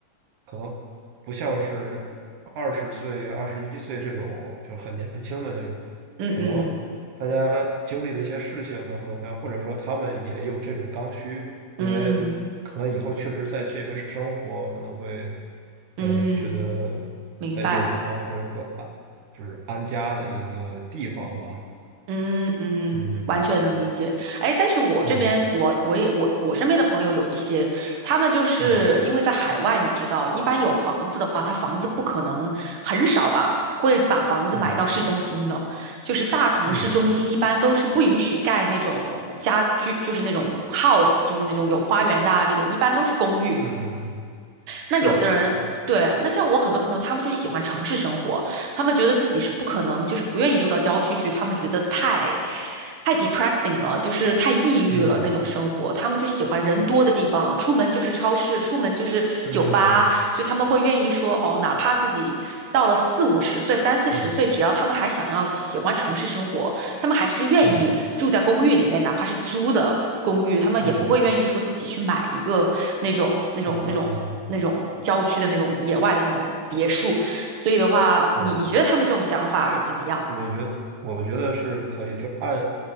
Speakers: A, on the right (about 75°); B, on the right (about 50°).
A: 可能不像是二十岁、二十一岁这种就很年轻的那种，
B: 嗯嗯
A: 可能大家经历的一些事情或怎么样，或者说他们也有这种刚需，因为可能以后确实在这边生活，
B: 嗯
A: 可能会
B: 嗯，
A: 呃觉得
B: 明白。
A: 得有个房，得有一个安，就是安家的一个地方吧。
B: 嗯嗯，
A: 嗯
B: 完全能理解。哎，但是我这边，
A: 嗯
B: 我我也我我身边的朋友有一些，他们就是因为在海外，
A: 嗯
B: 你知道，一般有房子的话，他房子不可能很少吧，会把房子买到市中心的，
A: 嗯
B: 就是大城市中心一般都是不允许盖那种家居，
A: 嗯。
B: 就是那种 house，就是那种有花园的啊，这种一般都是公寓。
A: 嗯嗯嗯，是是是，
B: 那有的人，对，那像我很多朋友，他们就喜欢城市生活，他们觉得自己是不可能，就是不愿意住到郊区去，他们觉得太太 depressing 了，就是太抑郁了那种生活，
A: 嗯
B: 他们就喜欢人多的地方，出门就是超市，出门就是酒吧，
A: 嗯
B: 所以他们会愿意说，哦，哪怕自己到了四五十岁、三四十岁，
A: 嗯
B: 只要他们还想要喜欢城市生活。他们还是愿意住在公寓里面，
A: 嗯
B: 哪怕是租的公寓，他们也不会愿意说自己去买一个那种那种那种那种郊区的那种野外的那种别墅。
A: 嗯嗯，
B: 所以的话，你你觉得他们这种想法怎么样？
A: 是这，我觉得我觉得是可以，就按